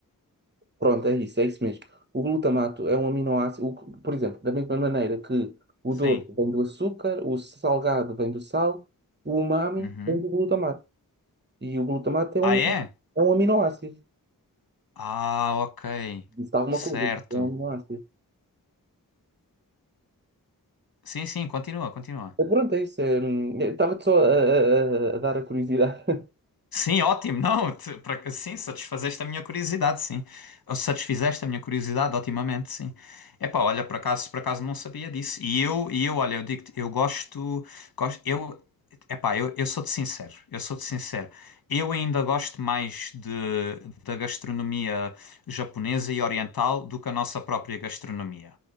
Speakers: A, on the right; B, on the left.
A: Pronto, é isso, é isso mesmo. O glutamato é um aminoácido, o que- por exemplo, da mesma maneira que o
B: Sim.
A: doce vem do açúcar, o salgado vem do sal, o umami
B: Uhum.
A: vem do glutamato. E o glutamato é
B: Ah,
A: um,
B: é?
A: é um aminoácido.
B: Ah, ok.
A: Disse alguma
B: Certo.
A: coisa, tipo, é um ácido.
B: Sim, sim, continua, continua.
A: Eh, Pronto, é isso. é, hum, eu Estava-te só a, a- a- a dar a curiosidade. <laughs>
B: Sim, ótimo. Não, te- pra- sim, satisfazeste a minha curiosidade, sim. Ou Satisfizeste a minha curiosidade, otimamente, sim. Epá, olha, por acaso, por acaso não sabia disso. E eu, e eu, olha, eu digo-te, eu gosto, gosto, eu, epá, eu, eu sou-te sincero, eu sou-te sincero. Eu ainda gosto mais de, da gastronomia japonesa e oriental do que a nossa própria gastronomia.